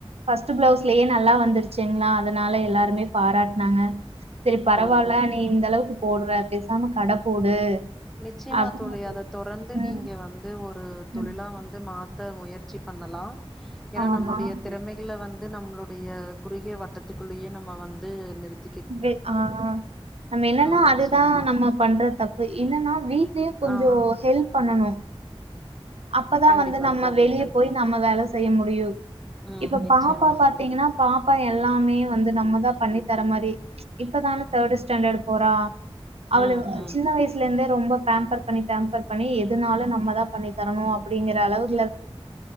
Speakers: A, on the right (about 85°); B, in the centre.
A: ஃபஸ்ட்டு ப்ளவ்ஸ்லயே நல்லா வந்துருச்சிங்ளா அதனால எல்லாருமே பாராட்னாங்க செரி பரவால்ல
B: ஓ
A: நீ இந்த அளவுக்கு போட்ற பேசாம கட போடு
B: நிச்சயமா
A: அப்
B: தோழி அத தொடர்ந்து
A: நிச்சயமா.
B: நீங்க வந்து ஒரு உ தொழிலா
A: ம், ம்.
B: வந்து மாத் த முயற்சி பண்ணலா ஏனா
A: ஆமா.
B: நம்ளுடைய
A: ம்.
B: திறமைகள வந்து நம்ளு டிய குறுகிய வட்டத்துக்குள்ளயே நம்ம வந்து நிறுத்
A: வெ அ அ நம்ம என்னன்னா
B: நிச்சயமா
A: அதுதா நம்ம பண்ற தப்பு இன் இல்லன்னா வீட்லயே கொஞ்சோ
B: ஆ
A: ஹெல்ப் பண்ணனு அப்பதா
B: கண்டிப்பா
A: வந்து நம்ம
B: தோழி
A: வெளிய
B: கண்டிப்பா
A: போயி நம்ம வேல செய்ய முடியு
B: ம்
A: இப்ப
B: நிச்சயமா
A: பாப்பா பாத்தீங்கனா
B: தோழி
A: பாப்பா எல் லாமே வந்து நம்ம தா பண்ணி தர மாரி இப்பதான தேடு ஸ்டாண்டர் போறா அவளவ்
B: ம் ம்
A: சின்ன வயசுலேந்தே ரொம்ப பேம்பர் பண்ணி டேம்பர் பண்ணி எதுனாலு நம்ம தா பண்ணி தரணு அப்புடிங்கிற அளவுக்